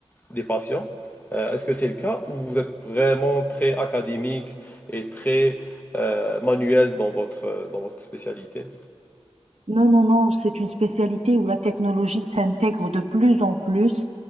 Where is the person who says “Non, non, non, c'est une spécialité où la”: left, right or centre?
Right